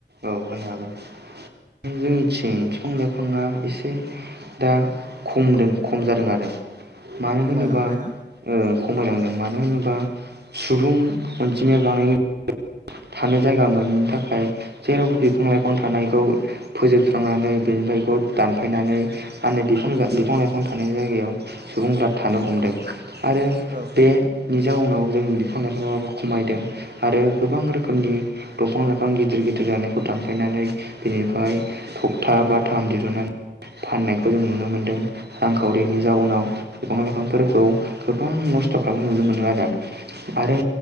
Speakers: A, on the right; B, on the right.
A: औ होनो हागोन जोंनिथिं बिफां लाइफाङा एसे दा खमदों खम जादों आरो मानो
B: खमायलांबाय
A: होनोबा
B: ना
A: ओ खमायलांदों मानो
B: औ
A: होनोबा सुबुं अनजिमाया <inaudible> थानायानो जायगा मोन नि थाखाय जेरावबो बिफां लाइफां थानायखौ फोजोबस्रांनानै बेनिफ्रायखौ दानफायनानै माने बिफां लाइफां थानाय जायगायाव सुबुंफोरा थानो हमदों आरो
B: औ
A: बेनि जाउनाव जों बिफां लाइफांआ खमायदों आरो गोबां रोखोम <unintelligible> दंफां लाय गोबां गिदिर गिदिर जानायखौ दानफायनानै बिनिफ्राय थखथा बाथाम दिहुनन्नानै फाननायखौ जों नुनो मोन्दों रांखावरिनि जाउनाव बिफां लाइफांफोरखौ गोबां नस्थ खालामनाय नुनो मोनदों आरो आरो